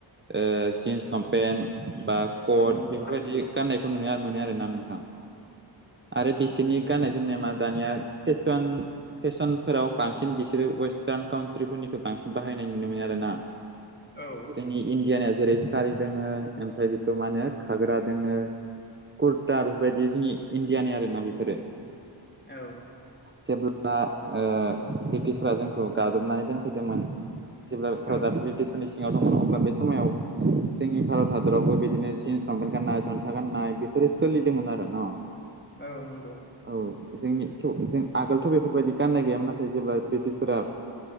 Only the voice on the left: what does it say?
औ नंगौ।
औ
औ
औ
औ नंगौ